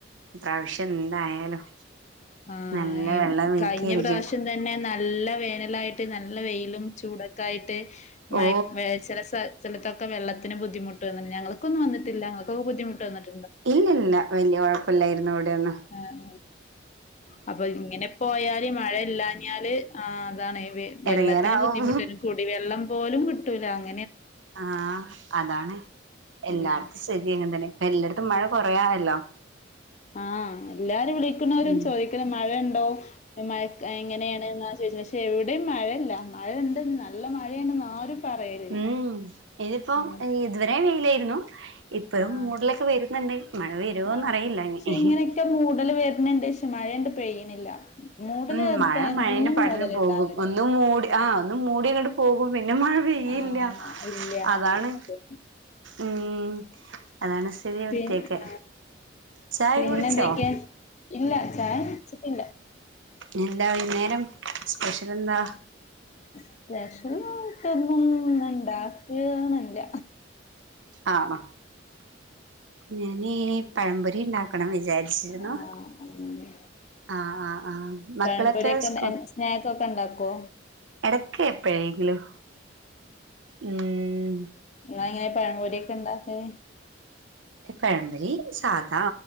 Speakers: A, on the right; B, on the left.
A: ഇപ്രാവശ്യം എന്തായാലും
B: ആ
A: നല്ല
B: ഇമ്
A: വെള്ളം വീക്കിയിരിക്കും
B: കഴിഞ്ഞ പ്രാവശ്യം തന്നെ നല്ല വേനലായിട്ട് നല്ല വെയിലും ചൂട ക്കായിട്ട് മയക്ക്
A: ഓ
B: വേ ചെല സ സ്ഥലത്തക്ക വെള്ളത്തിന് ബുദ്ധിമുട്ടും അങ്ങനെ ഞങ്ങൾക്കൊന്നും വന്നിട്ടില്ല ഞങ്ങൾക്ക് ബുദ്ധിമുട്ട് വന്ന്ട്ട്
A: ഇല്ല്വല്യ കൊഴപ്പ ഇല്ലാരുന്നു അവിടെ ഒന്ന്
B: ആഹ് അപ്പൊ ഇങ്ങനെ പോയാല് മഴ ഇല്ലാഞ്ഞാല് ആ അതാണ് ഈ വ് വെള്ളത്തിന്
A: എടങ്ങേറാവും
B: ബുദ്ധിമുട്ടില്ലല്ലോ കുടിവെള്ളം പോലും കിട്ടൂലാന്ന്
A: ആഹ് അതാണ് എല്ലായിടത്തും
B: ഉം
A: സ്ഥിതി ഇങ്ങന തന്നെ ഇപ്പ എല്ലടത് ട്ടും മഴ കൊറേ ആയല്ലോ
B: ആഹ് എല്ലാരും വിളിക്കുണോരും
A: ഉം
B: ചോദിക്കല് മഴ ഒണ്ടോ ഈ മഴേക്ക എങ്ങനെയാണ് എന്നാ ചോദിച്ചത് പക്ഷെ എവിടെയും മഴയല്ല മഴ ഉണ്ട് നല്ല മഴയാണെന്ന് ആരും പറയലില്ല
A: ഉം ഇതിപ്പം
B: ഉം
A: ഇതുവരേം വെയിലായിരുന്നു ഇപ്പഴും
B: ആഹ്
A: മൂടലൊക്കെ വരുന്നുണ്ട് മഴ വരുവോന്ന്
B: ആഹ്
A: അറിയില്ല
B: പക്ഷെ
A: ഇനി
B: ഇങ്ങനെയൊക്കെ മൂടല് വരുന്നുണ്ട് പക്ഷെ മഴയണ്ട് പെയ്യണില്ല മൂടല്
A: ഉം മഴ
B: ഇപ്പ എന്നും
A: മഴേന് പാട്ടിന്
B: മൂടല്
A: പോകും
B: ഇണ്ടാവലുണ്ട്
A: ഒന്നും മൂടി ആ
B: ആഹ്
A: ഒന്നും മൂടിയങ്ങട്ട് പിന്നെ മഴ പെയ്യേ
B: ആഹ്
A: ഇല്ല
B: ഇല്ല
A: അതാണ്
B: അതെ.
A: ഉം അതാണ് സ്ഥിതി ഇവിടത്തേക്ക്
B: പിൻ ആ
A: ചായ
B: പിന്നെന്തക്കെയാ
A: കുടിച്ചോ
B: ഇല്ല ചായ കുടിച്ചിട്ടില്ല
A: എന്താ വയ്യ്ന്നേരം സ്പെഷ്യലെന്താ
B: സ്പെഷ്യലായിട്ടൊന്നും ഇന്നുണ്ടാക്കിയതൊന്നും ഇല്ല
A: ആണോ ഞാന് പഴംപൊരി ഉണ്ടാക്ക നക്കണം വിചാരിച്ചിരുന്നു
B: ആഹ് അങ്ങനെ
A: ആഹ് ആഹ് ആഹ് മക്കളൊക്കെ
B: പഴംപൊരിയൊക്കെ
A: സ്
B: എൻ സ്നാക്കൊക്കെ ഇണ്ടാക്കോ?
A: ഇടക്ക് എപ്പോഴെങ്കിലും ഉം
B: ഇ ഇങ്ങനെ പഴം പൊരിയൊക്കെ ഇണ്ടാല്
A: പഴമ്പൊരി സാദാ